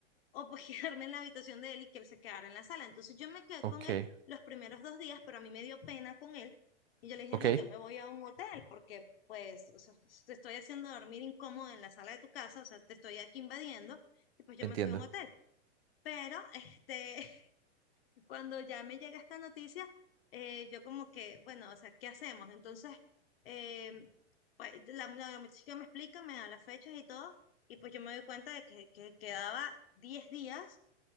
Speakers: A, on the left (about 55°); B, on the right (about 55°).
A: o pues <laughs> quedarme en la habitación de él y que él se quedara en la sala. Entonces yo me quedé
B: ok,
A: con él los primeros dos días, pero a mí me dio pena con él. Y yo le dije,
B: ok,
A: no, yo me voy a un hotel porque pues o sea, pues, te estoy haciendo dormir incómodo en la sala de tu casa, o sea, te estoy aquí invadiendo. Y pues yo
B: entiendo.
A: me fui a un hotel. Pero este, <laughs> cuando ya me llega esta noticia, eh, yo como que, bueno, o sea, ¿qué hacemos? Entonces, eh, pues la, la, la chica me explica, me da las fechas y todo, y pues yo me doy cuenta de que, que quedaba 10 días